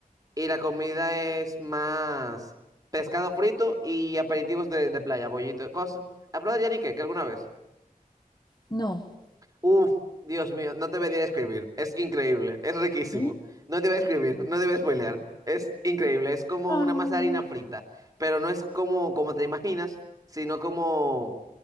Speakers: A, on the right (about 25°); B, on the left (about 30°).
A: y la comida es más pescado frito y aperitivos de, de playa, bollito, cosas. ¿Has probado yanique que alguna vez?
B: No.
A: Uf, Dios mío, no te voy a describir. Es increíble, es riquísimo.
B: ¿Sí?
A: No te voy a describir, no te voy a spoilear. Es increíble, es como
B: Am,
A: una masa de harina frita, pero no es como, como te imaginas, sino como,